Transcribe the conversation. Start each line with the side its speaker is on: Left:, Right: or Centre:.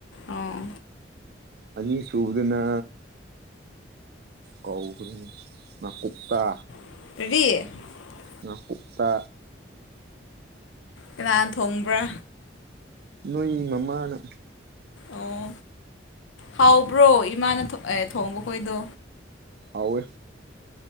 Left: ꯑꯣ
Right: ꯑꯅꯤ ꯁꯨꯕꯗꯅ ꯀꯧꯈ ꯃꯥꯅꯥ ꯀꯨꯛꯇ
Left: ꯇ
Right: ꯉꯀꯨꯞꯇꯥ
Left: ꯀꯅꯥ ꯊꯣꯡꯕ꯭ꯔꯥ
Right: ꯅꯣꯏ ꯃꯃꯥꯅ
Left: ꯑꯣ ꯍꯥꯎꯕ꯭ꯔꯣ ꯏꯃꯥꯅ ꯑꯦ ꯊꯣꯡꯕ ꯈꯣꯏꯗꯣ
Right: ꯍꯥꯎꯋꯦ